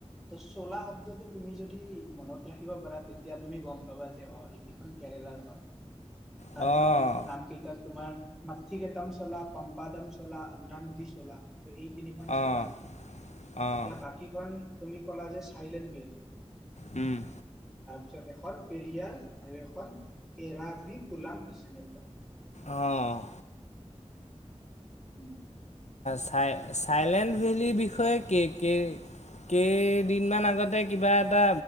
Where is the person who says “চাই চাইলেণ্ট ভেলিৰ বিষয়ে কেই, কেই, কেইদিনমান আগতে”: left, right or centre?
Left